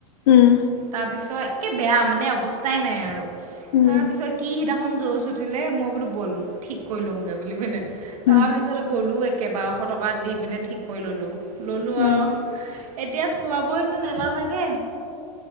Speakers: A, on the left; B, on the right.
A: উম
B: তাৰপিছত একে বেয়া মানে অৱস্থাই নাই আৰু
A: উম
B: তাৰপিছত কি সিদিনাখন জজ উঠিলে মই বোলো ব'ল ঠিক কৰি লওঁগৈ বুলি পিনে
A: উম
B: তাৰপিছত পিছতে গ'লোঁ একে বাৰশ টকা দি পিনে ঠিক কৰি ললোঁ ললোঁ
A: উম
B: আৱ এতিয়া চলাবইচোন এলাহ লাগে